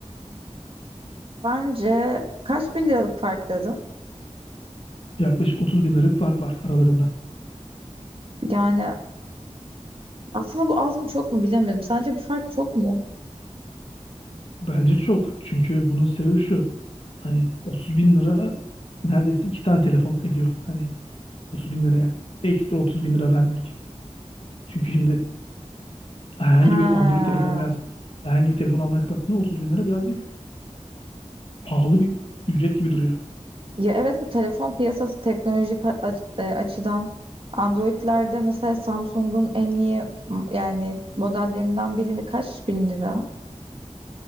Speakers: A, on the right; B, on the left.
A: Bence kaç bin liralık fark dedim.
B: Yaklaşık 30 bin liralık fark var aralarında.
A: Yani aslında bu az mı çok mu bilemedim. Sence bu fark çok mu?
B: Bence çok. Çünkü bunun sebebi şu. Hani 30 bin lira neredeyse iki tane telefon ediyor. Hani 30 bin liraya. Ekstra 30 bin lira vermek. Çünkü şimdi herhangi
A: Ha.
B: bir Android telefon veya herhangi bir telefon almaya kalktığında 30 bin lira birazcık pahalı bir ücret gibi duruyor.
A: Ya evet bu telefon piyasası teknolojik a- aç- e, açıdan Android'lerde mesela Samsung'un en iyi m- yani modellerinden birini kaç bin lira?